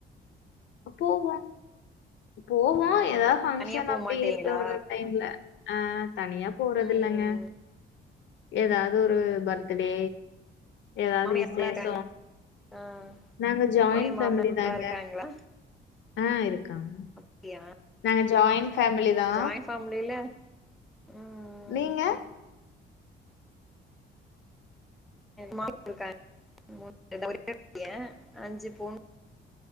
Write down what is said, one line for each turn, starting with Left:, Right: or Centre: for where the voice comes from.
Left: போவோம் போவோம்
Centre: ம்
Left: ஏதா பங்க்ஷன்
Centre: தனியா போ
Left: அப்படி
Centre: மாட்டீங்களா
Left: இருக்க ஒரு டைம்ல ஆ தனியா போறது
Centre: ம்
Left: இல்லங்க ஏதாவது ஒரு பர்த்டே ஏதாவது
Centre: மாமியார்
Left: விசேஷ
Centre: நல்லா இருக்காங்க ஆ
Left: நாங்க ஜாயிண்ட்
Centre: மாமியார்
Left: ஃபேமிலி
Centre: மாமனார் நல்லா
Left: தாங்க
Centre: இருக்காங்களா
Left: ஆ இருக்கான்
Centre: அப்படியா
Left: நாங்க ஜாய்ண்பேமிலி தா
Centre: ஜாயிண்ட் ஃபேமிலில ம்
Left: நீங்க
Centre: மாமியார் இருக்காங்க ஒரே ஒரு பையன் அஞ்சு பொண்ணு